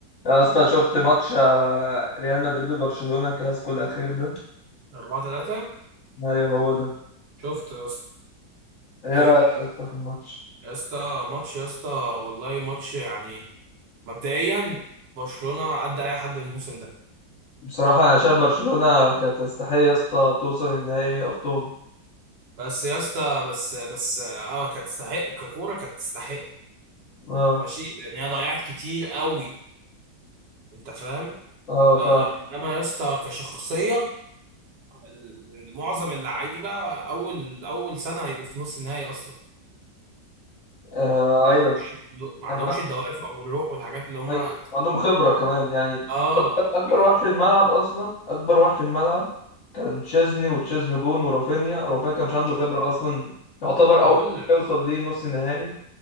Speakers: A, on the left; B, on the right.
A: يا اسطى شفت ماتش آه، ريال مدريد وبرشلونة الكلاسيكو الأخير ده
B: أربعة تلاتة
A: أيوه هو ده
B: شفت يا اسطى
A: إيه
B: ده إيه
A: رأيك يا اسطى في الماتش؟
B: يا اسطى ماتش يا اسطى والله ماتش يعني مبدئيا برشلونة قد أي حد الموسم ده
A: بصراحة أنا شايف برشلونة كانت تستحق يا اسطى توصل النهائي أبطال
B: بس يا اسطى بس بس اه كانت تستحق ككورة كانت تستحق
A: أه
B: ماشي لأن هي ضيعت كتير قوي أنت فاهم
A: أه
B: آه
A: فاهم
B: إنما يا اسطى كشخصية ال- معظم اللعيبة أول أول سنة هيبقوا في نص النهائي أصلا
A: آه
B: ما عندهمش
A: أيوه
B: ما عندهمش
A: أنا مع-
B: الدوافع والروح والحاجات اللي هما
A: أيوه عندهم خبرة كمان يعني
B: اه
A: أكبر
B: يعني
A: واحد في الملعب أصلا أكبر واحد في الملعب كان تشيزني وتشيزني جون ورافينيا رافينيا كان مش عنده خبرة أصلا يعتبر
B: ما انا
A: أول
B: بقول
A: يوصل ليه نص نهائي